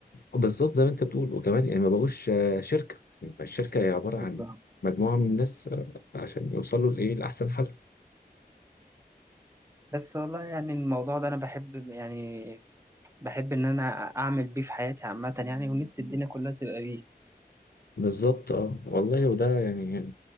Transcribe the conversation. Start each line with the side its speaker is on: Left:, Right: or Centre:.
Left: بالظبط زي ما انت بتقول وكمان يعني ما بقوش آه، شركه الشركه هي عباره
Right: بالظبط
Left: عن مجموعه من الناس آه، عشان يوصلوا لايه لاحسن حل
Right: بس والله يعني الموضوع ده انا بحب يعني بحب إن أنا أعمل بيه في حياتي عامة يعني ونفسي الدنيا كلها تبقى بيه
Left: بالظبط اه والله وده يعني